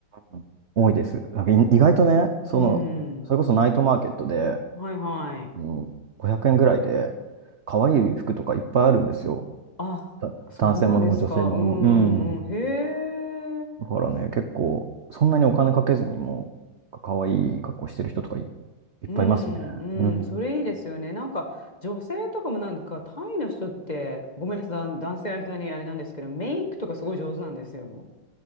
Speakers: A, on the right (about 60°); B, on the left (about 25°).
A: うん多いです。なんかい意外とね、その、
B: うん。
A: それこそナイトマーケットで、
B: はいはい。
A: うん、500円ぐらいで、可愛い服とかいっぱいあるんですよ。
B: あ、
A: だ男性ものも女性ものも。
B: そうなんですか。うんうんうん。
A: うん。
B: へえ。
A: だからね、結構、そんなにお金かけずにも、可愛い格好してる人とかい、いっぱいいますね。
B: うん、
A: うん。
B: うん、それいいですよね。なんか、女性とかもなんか、タイの人って、ごめんなさい、男男性相手にあれなんですけど、メイクとかすごい上手なんですよ。